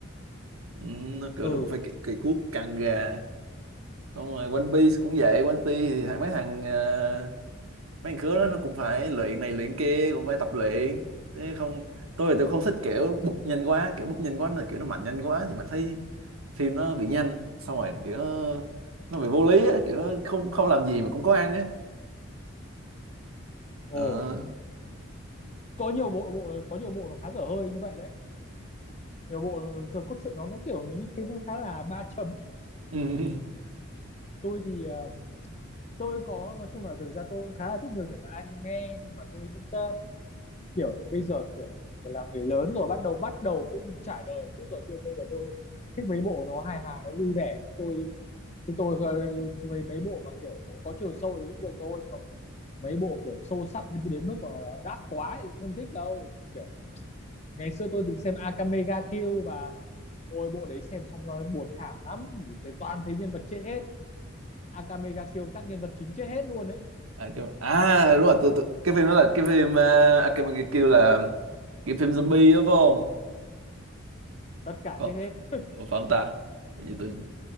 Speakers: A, on the right (about 80°); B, on the left (about 30°).
A: ừ, nó kiểu
B: ừ
A: nó cũng phải cày, cày cuốc căng gà xong rồi One Piece cũng vậy One Piece thì thằng mấy thằng à, mấy thằng khứa đó nó cũng phải luyện này luyện kia cũng phải tập luyện thế không tôi thì tôi không thích kiểu búp nhanh quá kiểu búp nhanh quá là kiểu nó mạnh nhanh quá thì mình thấy phim nó bị nhanh xong rồi kiểu nó nó bị vô lý á kiểu nó không không làm gì mà cũng có ăn á
B: ồ
A: Đó.
B: có nhiều bộ bộ có nhiều bộ nó khá dở hơi như vậy đấy nhiều bộ ờ, giờ cốt truyện nó nó kiểu như thế nó khá là ba chấm
A: <laughs>
B: tôi thì ờ, tôi có nói chung là thực ra tôi cũng khá là thích nhiều thể loại anime nhưng mà tôi vẫn ờ, kiểu bây giờ kiểu mình là người lớn rồi bắt đầu bắt đầu cũng trải đời một chút rồi chứ bây giờ tôi thích mấy bộ nó hài hài nó vui vẻ chứ tôi chứ tôi hơi- mấy mấy bộ mà kiểu có, có chiều sâu thì cũng được thôi nhưng mà mấy bộ kiểu sâu sắc đến, đến mức mà nó đắt quá thì cũng không thích đâu kiểu ngày xưa tôi từng xem Akame ga Kill và ôi bộ đấy xem xong nó buồn thảm lắm tới toàn thấy nhân vật chết hết Akame ga Kill các nhân vật chính chết hết luôn ấy
A: à, cái... à đúng rồi tôi, tôi... cái phim đó là cái phim à, à, cái, cái kêu là cái phim zombie đó phải không
B: tất cả
A: Ờ,
B: chết hết
A: Ủa phải không ta? Hình như tôi